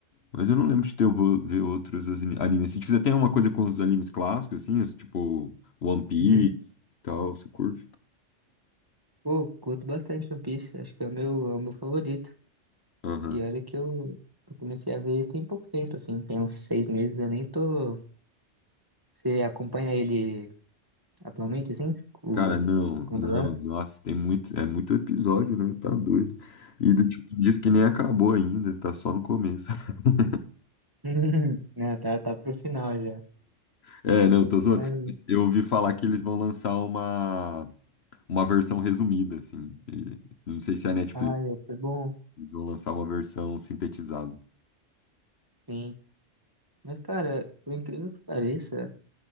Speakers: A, on the left; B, on the right.
A: mas eu não lembro de ter eu vou ver outros ani- animes. Se tiver tem uma coisa com os animes clássicos, assim, os, tipo, One Piece
B: Uhum.
A: e tal, você curte?
B: Pô, curto bastante One Piece, acho que é o meu, é o meu favorito.
A: Aham.
B: E olha que eu, eu comecei a ver tem pouco tempo, assim, tem uns seis meses, eu nem tô. Você acompanha ele atualmente, assim? O...
A: Cara, não,
B: Quando
A: não,
B: lança?
A: nossa, tem muito, é muito episódio, né? Tá doido. E do tipo, diz que nem acabou ainda, tá só no começo. <laughs>
B: <laughs> Né, tá, tá pro final já.
A: É, É, não, tô zoando.
B: Mas,
A: Mas Eu ouvi falar que eles vão lançar uma, uma versão resumida, assim. E não sei se é a Netflix,
B: ai, é foi bom,
A: eles vão lançar uma versão sintetizada.
B: sim. Mas, cara, por incrível que pareça,